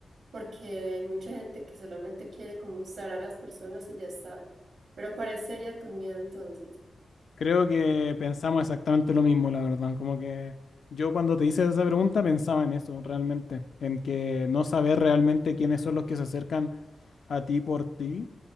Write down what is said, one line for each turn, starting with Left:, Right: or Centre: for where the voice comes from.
Right: porque hay mucha gente que solamente quiere como usar a las personas y ya está. Pero ¿cuál sería tu miedo entonces?
Left: Creo que pensamos exactamente lo mismo, la verdad. Como que yo cuando te hice esa pregunta pensaba en eso, realmente, en que no saber realmente quiénes son los que se acercan a ti por ti